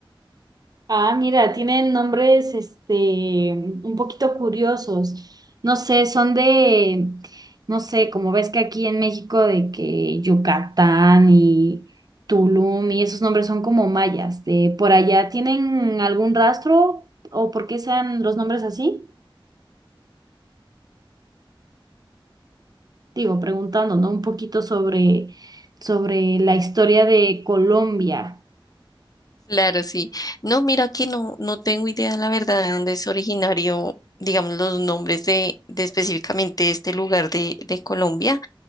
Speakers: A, on the right (about 45°); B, on the left (about 45°).
A: Ah, mira, tienen nombres, este, un poquito curiosos. No sé, son de, no sé, como ves que aquí en México de que Yucatán y Tulum y esos nombres son como mayas. De por allá, ¿tienen algún rastro o por qué sean los nombres así? Digo, preguntando, ¿no? Un poquito sobre, sobre la historia de Colombia.
B: Claro, sí. No, mira que no, no tengo idea, la verdad, de dónde es originario, digamos, los nombres de, de específicamente este lugar de, de Colombia.